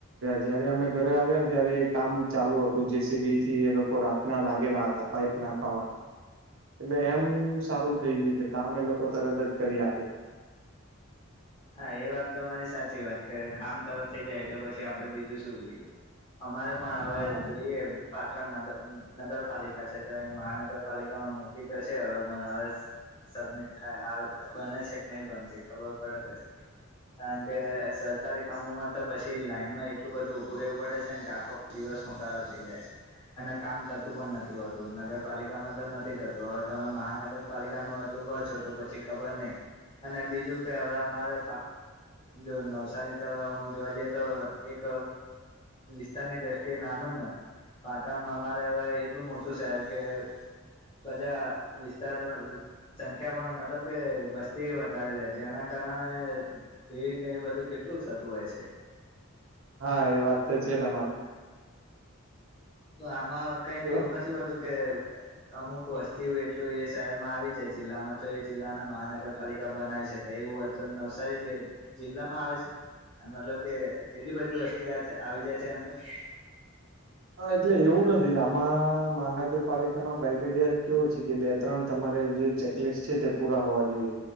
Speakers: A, on the right; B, on the left.
A: જયારે અમે ઘરે આવ્યા ને ત્યારે એ કામ ચાલુ હતું જેસીબી થી એ લોકો રાત, ના લાગેલા હતા પાઈપ નાખવા માટે એટલે એમ, સારું થઈ ગયું છે કામ એ લોકો તરત કરી આપે છે,
B: હા એ વાત તમારી સાચી વાત કે કામ તરત થઈ જાય પછી બીજું શું જોઈએ, અમારે પણ હવે
A: હા
B: જોઈએ, પાટણ નગર નગરપાલિકા છે તો એ મહાનગરપાલિકામાં મુકીતો છે હવે પણ હવે, સબમિટ થાય આવે છે બને છે કે નહી બનતી ખબર પડે પછી, કારણકે સરકારી કામોમાં તો પછી લાઇનમાં એટલું બધું ઊભું રહેવું પડે છે ને આખો દિવસ ખરાબ થઈ જાય છે અને કામ થતું પણ નથી હોતું નગરપાલિકા માં તો નથી થતું હવે તમે મહાનગર પાલિકા નુ આટલું ક્યો છો તો પછી ખબર નહી અને બીજું કે હવે અમારે જો નવસારી તમે આમ જોવા જઈએ તો એક વિસ્તારની દ્રષ્ટિ એ નાનું ને પાટણમાં અમારે એટલું મોટું શહેર કે, બધા વિસ્તાર, સંખ્યા પણ મતલબ કે વસ્તી વધારે રહે છે એના કારણે, ભીડ ને એ બધું કેટલું થતું હોય છે,
A: હા એ વાત તો છે તમારી,
B: તો આમાં કંઈક
A: એવા
B: એવું નથી હોતું કે, અમુક વસ્તી એટલું એ શહેરમાં આવી જાય જિલ્લામાં તો એ જિલ્લાના મહાનગરપાલિકા બનાવી શકાય એવું એમ, તો નવસારી જે જિલ્લા માં આવે છે? મતલબ કે એટલી બધી વસ્તી આવી જાય છે અંદર,
A: હા એટલે એવું નથી આમાં મહાનગરપાલિકાનો ક્રાઈટેરિયા કેવો છે કે બે ત્રણ તમારે જે ચેક, છે તે પૂરા હોવા જોઈએ